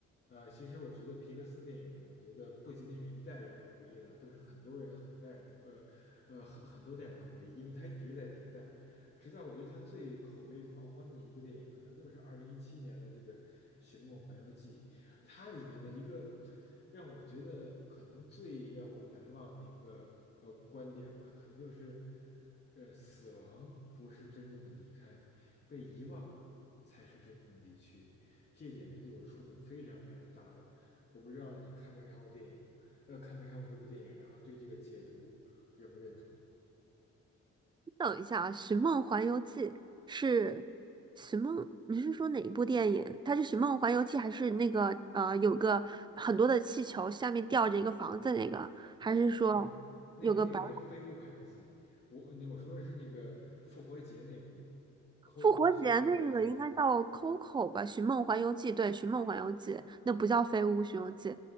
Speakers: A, on the left (about 35°); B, on the right (about 15°).
A: 呃，其实我觉得皮克斯电影，我觉得不仅仅是一代人的回忆了，都是很多人、很代人的，呃，呃，很很多代人的回忆，因为它一直在迭代，直到我觉得它最口碑狂欢的一部电影，可能就是二零一七年的这个《寻梦环游记》，它里面的一个让我觉得可能最让我难忘的一个呃观点吧，可能就是，呃，死亡不是真正的离开，被遗忘才是真正的离去。这一点是对我触动非常非常大的。我不知道你看没看过电影，呃，看没看过这部电影，然后对这个解读认不认同？
B: 等一下啊，《寻梦环游记》是《寻梦》，你是说哪一部电影？它是《寻梦环游记》还是那个呃，有个很多的气球，下面吊着一个房子那个？还是说有个白？
A: 嗯、呃，那部电影叫《飞屋环游记》，我那我说的是那个复活节那部《Coco
B: 复活节那个应该叫
A: 寻梦环游记》，
B: Coco 吧，《寻梦环游记》对，《寻梦环游记》那不叫《飞屋寻游记》，